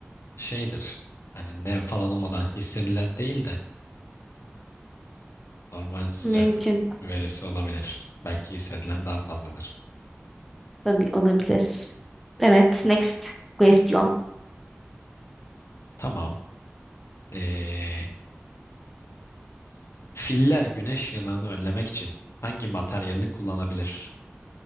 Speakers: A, on the left; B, in the centre.
A: şeydir. Hani nem falan olmadan hissedilen değil de Normal sıcaklık
B: <laughs> Mümkün.
A: verisi olabilir. Belki hissedilen daha fazladır.
B: Tabii olabilir. Evet, next question.
A: Tamam. Ee, filler güneş yanığını önlemek için hangi materyali kullanabilir?